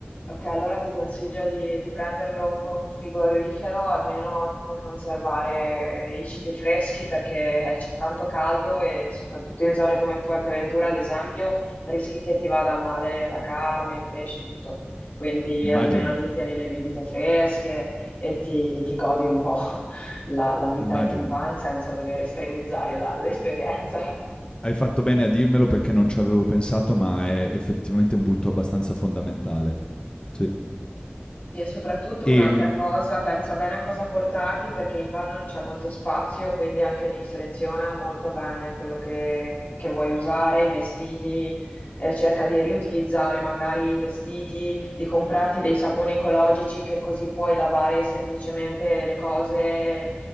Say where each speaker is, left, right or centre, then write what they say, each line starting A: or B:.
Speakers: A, on the left (about 40°); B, on the left (about 25°).
A: Ok, allora ti consiglio di, di prenderlo con un frigorifero, almeno ti puoi conservare i cibi freschi perché eh, c'è tanto caldo e soprattutto in zone come Fuerteventura, ad esempio, rischi che ti vada a male la carne, il pesce, tutto. Quindi
B: Immagino,
A: almeno lì tieni le bibite fresche e ti, ti godi un po' <laughs> la, la vita
B: immagino.
A: in van senza dover estremizzare la- l'esperienza.
B: Hai fatto bene a dirmelo perché non ci avevo pensato, ma è effettivamente un punto abbastanza fondamentale. Sì.
A: Sì, e soprattutto un'altra
B: Ehm,
A: cosa, pensa bene a cosa portarti perché in van non c'è molto spazio, quindi anche lì seleziona molto bene quello che, che vuoi usare, i vestiti, eh, cerca di riutilizzare magari i vestiti, di comprarti dei saponi ecologici che così puoi lavare semplicemente le cose,